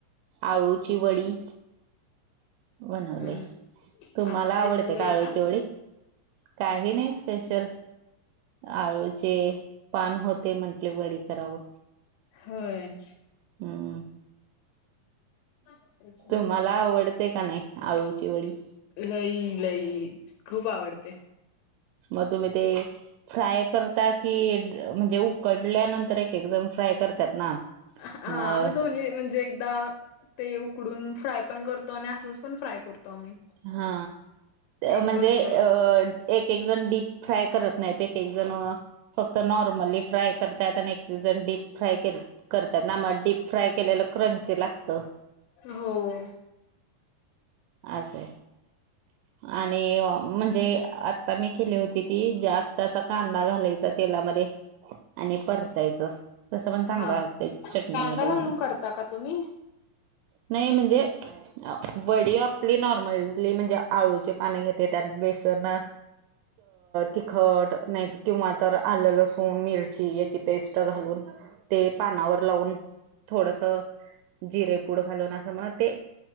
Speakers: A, on the right; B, on the left.
A: आळूची वडी बनवले
B: हम्म
A: तुम्हाला
B: आज स्पेशल
A: आवडते का?
B: आहे
A: आळूची काही नाही स्पेशल आळूचे पान होते म्हंटले वडी करावं.
B: होय
A: हम्म
B: तेच म्हणलं.
A: तुम्हाला आवडते का नाही आळूची वडी?
B: लई लई खूप आवडते.
A: मग तुम्ही ते फ्राय करता की म्हणजे उकडल्यानंतर एक एकदम फ्राय करतात. ना
B: हा
A: मग
B: आम्ही दोन्ही म्हणजे एकदा ते उकडून फ्राय पण करतो आणि असंच पण फ्राय करतो आम्ही
A: हा
B: पीठ
A: म्हणजे
B: भरल्यावर.
A: अ एक एक जण डीप फ्राय करत नाहीत एक एक जण फक्त नॉर्मली फ्राय करतात आणि जण डीप फ्राय के करतात ना मग डीप फ्राय केलेलं क्रंची लागतं.
B: हो हो
A: अच्छा आणि म्हणजे आता मी केली होती ती जास्त- कांदा घालायचा तेलामध्ये आणि परतायच. तसं पण चांगलं
B: हा
A: लागतं चटणी
B: कांदा
A: मीठ घालून
B: करता का तुम्ही?
A: नाही म्हणजे वडी आपली नॉर्मलली म्हणजे आळूचे पाणी घेते त्यात बेसन तिखट नाही किंवा तर आले लसूण मिरची याची पेस्ट घालून ते पानावर लावून थोडस जिरेपूड घालून असं मग ते